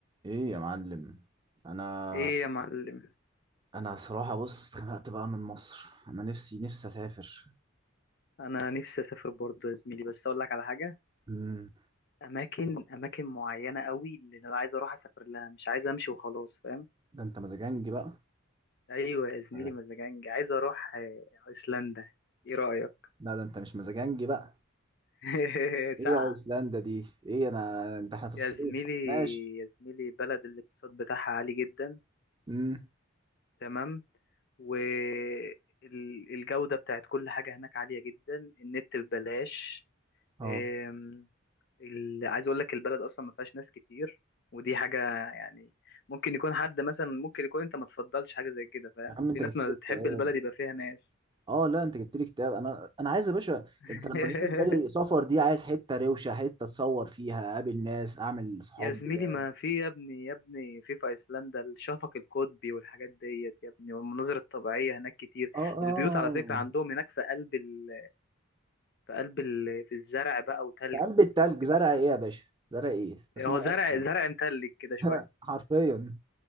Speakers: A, on the right; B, on the left.
A: ايه يا معلم انا
B: ايه يا معلم
A: انا صراحة بص اتخنقت بقى من مصر انا نفسي نفسي اسافر
B: انا نفسي اسافر برضه يا زميلي بس اقول لك على حاجه
A: امم
B: اماكن اماكن معينه قوي اللي انا عايز اروح اسافر لها مش عايز امشي وخلاص فاهم
A: ده انت مزاجنجي بقى
B: ايوه يا زميلي
A: آه،
B: مزاجنج عايز اروح آه، ايسلندا ايه رايك
A: لا ده انت مش مزاجنجي بقى
B: <laughs>
A: ايه
B: ساقعه
A: يا ايسلندا دي ايه انا انت احنا في الصيف
B: يا زميلي
A: ماشي
B: يا زميلي بلد الاقتصاد بتاعها عالي جدا
A: امم
B: تمام والجودة بتاعت كل حاجة هناك عالية جدا النت ببلاش
A: اه
B: آم، ال- عايز اقول لك البلد اصلا ما فيهاش ناس كتير ودي حاجه يعني ممكن يكون حد مثلا ممكن يكون انت ما تفضلش حاجه زي كده فاهم
A: يا عم انت
B: في ناس
A: جبت
B: ما
A: لي
B: بتحب
A: اكتئاب
B: البلد يبقى فيها ناس
A: اه لا انت جبت لي اكتئاب انا انا عايز يا باشا
B: <laughs>
A: انت لما بيجي في بالي سفر دي عايز حتة روشة حتة اتصور فيها اقابل ناس اعمل صحاب
B: يا زميلي
A: جداد
B: ما في يا ابني يا ابني في في ايسلندا الشفق القطبي والحاجات ديت يا ابني والمناظر الطبيعيه هناك كتير
A: اه اه
B: البيوت على فكره عندهم هناك في قلب ال... في قلب ال... في الزرع بقى وتلج
A: في قلب
B: وبتاع
A: التلج
B: وكده
A: زرع ايه يا باشا زرع ايه اسمها
B: هو زرع
A: ايسلندا
B: زرع متلج كده شويه
A: <laughs> حرفيا